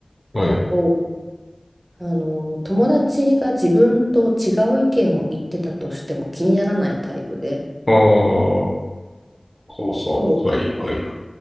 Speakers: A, on the left; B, on the right.
A: はい。
B: こうあの友達が自分と違う意見を言ってたとしても気にならないタイプで。
A: ああ、はいはいそうそう。
B: そう
A: はいはいはい。